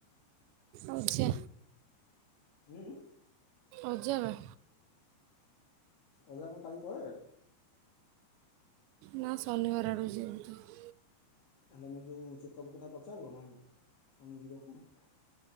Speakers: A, on the right; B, on the left.
A: ଅଜା।
B: ହୁଁ ଉଁ?
A: ଅଜା ମ।
B: ଅଜା କଣ କାଲି ପଳେଇବେ?
A: ନାଁ ଶନିବାର ଆଡ଼ୁ ଯିବେ ବୋଧେ।
B: ଆ ତମେ ଯୋଉ ଚେକ୍ ଅପ୍ କଥା ପଚାରିଲ ମାଙ୍କୁ କଣ ଯିବ କଣ?